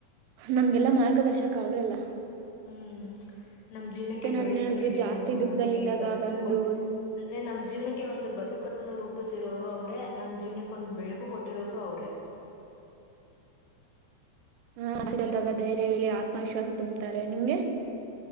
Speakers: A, on the right; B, on the left.
A: ನಮಗೆಲ್ಲ ಮಾರ್ಗದರ್ಶಕ ಅವರೇ ಅಲ್ಲ
B: ಉಮ್ಮ ನಮ್ ಜೀವನಕ್ಕೆ
A: ನಾನ್
B: ಬೆಳಕು
A: ಏನಾದ್ರು
B: ನೀಡಿರುವರು
A: ಜಾಸ್ತಿ ದುಃಖದಲ್ಲಿದ್ದಾಗ
B: ನಮಗೆ ಬದುಕುಕೊಟ್ಟ
A: ಬಂದು
B: ಅಂದ್ರೆ ನಮ್ಮ ಜೀವನಕ್ಕೆ ಒಂದು ಬದುಕನ್ನು ನಮ್ಮನ್ನು ರೂಪಿಸಿರುವರು ನಮ್ಮ ಜೀವನಕ್ಕೆ ಒಂದು ಬೆಳಕು ಕೊಟ್ಟಿರುವವರು ಅವರೇ
A: ಆ ಹಾಸ್ಟೆಲ್ದಾಗ‌ ಧೈರ್ಯ ಹೇಳಿ ಆತ್ಮವಿಶ್ವಾಸ ತುಂಬತ್ತಾರೆ ನಿಮಗೆ